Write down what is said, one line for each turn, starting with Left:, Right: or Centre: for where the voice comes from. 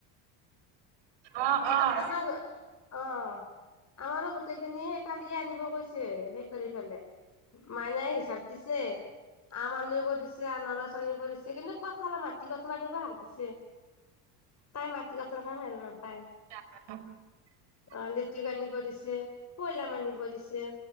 Right: অ', অ'।
Left: <unintelligible> অ আমাৰো গোটেইখিনি কালিয়ে আনিব গৈছে হেই কৰি ফেলে। মানে হিচাপ দিছে? আম আনিব দিছে আনাৰচ আনিব দিছে কিন্তু ক'ত থলা না - মাটি কঁঠল আনিব হাক দিছে। তাই মাটি কঁঠাল খাই ভাল নাপায়।
Right: <inaudible>
Left: অ লেটুক আনিব দিছে, পইলাম আনিব দিছে।